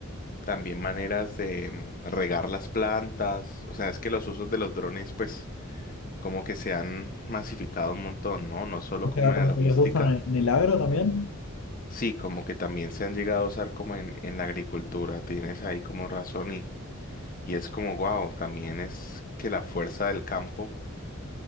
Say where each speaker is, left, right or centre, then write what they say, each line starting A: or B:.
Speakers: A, on the left; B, on the left.
A: También maneras de mm, regar las plantas. O sea, es que los usos de los drones, pues, como que se han masificado un montón, ¿no? No solo
B: O
A: como
B: sea,
A: en
B: como
A: la logística.
B: que les usan en en el agro también.
A: Sí, como que también se han llegado a usar como en, en la agricultura. Tienes ahí como razón y, y es como, wow, también es que la fuerza del campo.